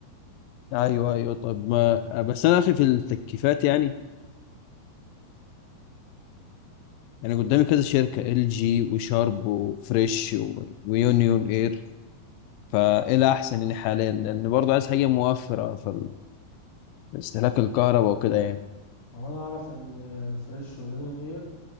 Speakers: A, on the left; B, on the left.
A: ايوه ايوه طب ما بس انا اخي في التكييفات يعني يعني قدامي كذا شركة ال جي وشارب وفريش و- ويونيون اير فايه الاحسن يعني حاليا لان برضه عايز حاجة موفرة في ال- في استهلاك الكهرباء وكده يعني
B: هو انا اعرف ان فريش ويونين اير